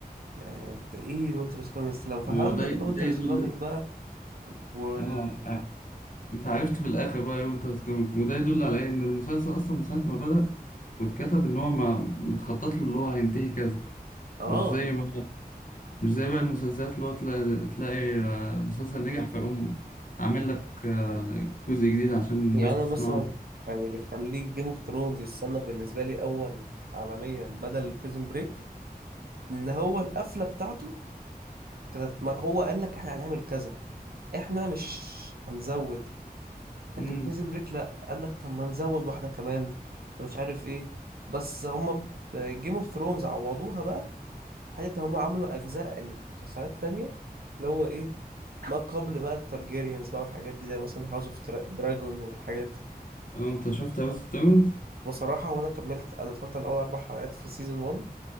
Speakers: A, on the right; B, on the left.
A: يعني انت ايه وينتر از كامينج استلام فهمنا
B: وده ي-
A: بقى وينتر
B: ده يدل
A: از كامينج بقى وال
B: اه ع- انت عرفت في الاخر بقى ايه وانت بتكمل وده يدل على ايه ان المسلسل اصلا من ساعه ما بدأ واتكتب ان هو ما متخطط له اللي هو هينتهي كذا
A: اه
B: مش زي ما مش زي بقى المسلسلات اللي هو تلاقي, تلاقي آه، مسلسل نجح فيقوم عامل لك آه، جزء جديد عشان الناس
A: يعني انا
B: تسمعه
A: مثلا يعني اللي يخليك جيم اوف ثرونز يتصنف بالنسبه لي اول عالميا بدل بريزن بريك ان هو القفله بتاعته كانت ما- هو قال لك احنا هنعمل كذا احنا مش هنزود لكن
B: امم
A: بريزن بريك لا قال لك طب ما نزود واحدة كمان طب مش عارف ايه بس هما جيم اوف ثرونز عوضوها بقى حتة ان هما عملوا اجزاء يعني مسلسلات تانية اللي هو ايه ما قبل بقى التارجيريانز بقى والحاجات دي زي مثلا هاوس اوف دراجون والحاجات دي
B: اه انت شفت هاوس اوف دايموند؟
A: بصراحة وانا كملت انا اتفرجت على اول اربع حلقات في سيزون 1